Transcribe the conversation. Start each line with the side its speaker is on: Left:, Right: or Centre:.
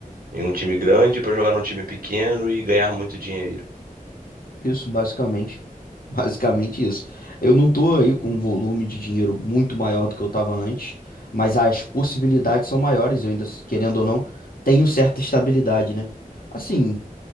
Right: em um time grande pra jogar num time pequeno e ganhar muito dinheiro.
Left: Isso, basicamente. <laughs> Basicamente isso. Eu não tô aí com um volume de dinheiro muito maior do que eu tava antes, mas as possibilidades são maiores. Eu ainda, querendo ou não, tenho certa estabilidade, né? Assim,